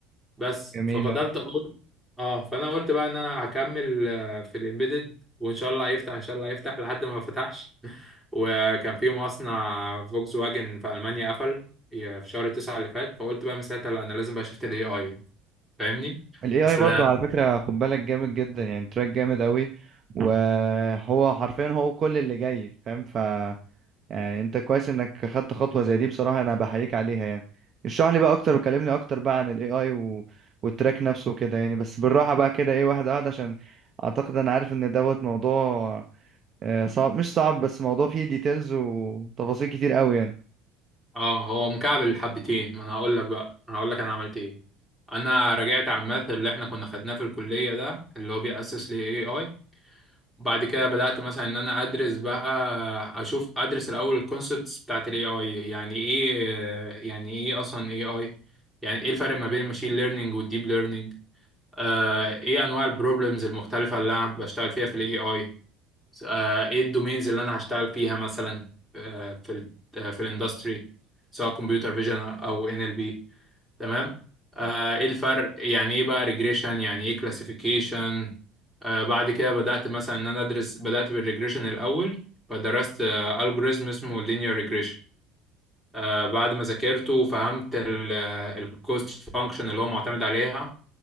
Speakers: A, in the centre; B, on the right (about 35°).
A: بس
B: جميل
A: ففضلت
B: اه
A: أقول أه فأنا قلت بقى إن أنا هكمل آه، في الإمبيدد وإن شاء الله هيفتح إن شاء الله هيفتح لحد ما فتحش <laughs> وكان في مصنع فولكس واجن في ألمانيا قفل في شهر تسعة اللي فات فقلت بقى من ساعتها لا أنا لازم بقى شفت ال AI فاهمني؟
B: ال AI
A: أصل
B: برضو على فكرة خد بالك جامد جدا يعني تراك جامد قوي وهو حرفيا هو كل اللي جاي فاهم يعني انت كويس انك خدت خطوة زي دي بصراحة انا بحييك عليها يعني اشرح لي بقى اكتر وكلمني اكتر بقى عن الاي اي و... والتراك نفسه وكده يعني بس بالراحة بقى كده ايه واحدة واحدة عشان اعتقد انا عارف ان دوت موضوع آه، صعب مش صعب بس موضوع فيه ديتيلز وتفاصيل كتير قوي يعني
A: اه هو مكعب الحبتين ما انا هقول لك بقى انا هقول لك انا عملت ايه انا رجعت على الماث اللي احنا كنا خدناه في الكليه ده اللي هو بيأسس ل AI بعد كده بدأت مثلا ان انا ادرس بقى اشوف ادرس الاول الكونسبتس بتاعت ال AI يعني ايه يعني ايه اصلا AI يعني ايه الفرق ما بين الماشين ليرنينج والديب ليرنينج آه ايه انواع البروبلمز المختلفه اللي انا بشتغل فيها في ال AI س- آه، ايه الدومينز اللي انا هشتغل فيها مثلا آه، في ال آه، في الاندستري سواء كمبيوتر فيجن او ان ال بي تمام آه، ايه الفرق يعني ايه بقى ريجريشن يعني ايه كلاسيفيكيشن بعد كده بدأت مثلا ان انا ادرس بدأت بالريجريشن الاول فدرست الجوريزم اسمه لينير ريجريشن آه، بعد ما ذاكرته وفهمت الكوست فانكشن اللي هو معتمد عليها